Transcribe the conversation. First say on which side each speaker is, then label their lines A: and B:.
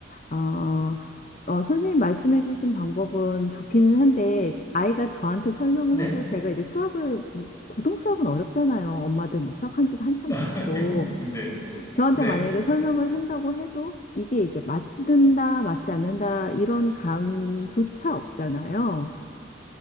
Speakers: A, on the left; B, on the left.
A: 어, 어, 선생님 말씀해주신 방법은 좋기는 한데, 아이가 저한테 설명을
B: 네.
A: 해도 제가 이제 수학을, 뭐, 고등 수학은 어렵잖아요. 엄마들 뭐 수학한 지도 한참
B: <laughs>
A: 됐고,
B: 네,
A: 저한테
B: 네.
A: 만약에 설명을 한다고 해도, 이게 이제 맞는다, 맞지 않는다, 이런 감조차 없잖아요.